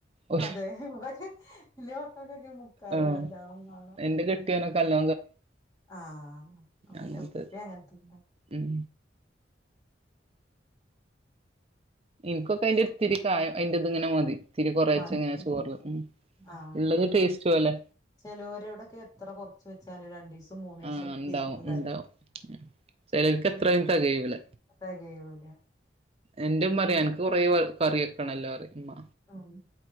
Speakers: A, on the right; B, on the left.
A: ഓല്
B: അതെ ഇവിടൊക്കെ വല്ല്യ മക്കൾക്കൊക്കെ മു കറി
A: ആഹ്
B: നല്ലോണം മാണം.
A: എന്റെ കെട്ടിയോനൊക്കെ നല്ല
B: ആഹ് ഓരെ
A: അങ്ങനത്തെ
B: ഉപ്പി അങ്ങൻതന്നെ.
A: ഉം ഇൻക്കൊക്കെ അയ്ന്റെ ഒരു ഇത്തിരി കായം അയ്ന്റെ ഇതിങ്ങനെ മതി. ഇത്തിരി കൊറേച്ചെങ്ങനെ
B: മതില്
A: ചോറ്ല് ഉം
B: ആഹ്
A: ഇള്ളത് ടേസ്റ്റ് പോലെ.
B: ചെലോരോടൊക്കെ എത്ര കൊർച്ച് വെച്ചാലും രണ്ടീസം മൂന്നീസം
A: ആഹ്
B: ഒക്കെ
A: ഇണ്ടാവും
B: ഇരിക്കും കറി
A: ഇണ്ടാവും ഉം. ചെലോൽക്ക് എത്രായാലും തെകയൂല്ല.
B: തെകയൂല.
A: എന്റെ ഉമ്മ പറയും അനക്ക് കുറേ കറി വെക്കണല്ലോ പറയും ഉമ്മ.
B: ആഹ്